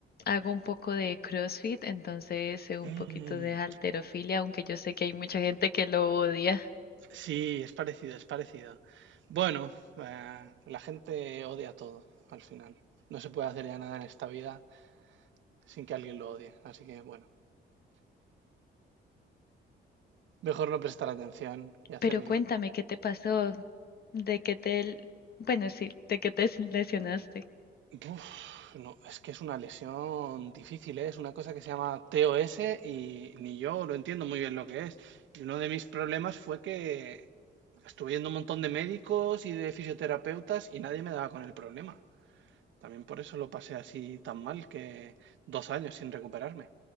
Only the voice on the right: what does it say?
Mm,
sí, es parecido, es parecido. Bueno, eh, la gente odia todo al final. No se puede hacer ya nada en esta vida sin que alguien lo odie. Así que bueno, mejor no prestar atención y hacer
Uf, no, es que es una lesión difícil, ¿eh? Es una cosa que se llama TOS y ni yo lo entiendo muy bien lo que es. Y uno de mis problemas fue que estuve yendo a un montón de médicos y de fisioterapeutas y nadie me daba con el problema. También por eso lo pasé así tan mal, que dos años sin recuperarme.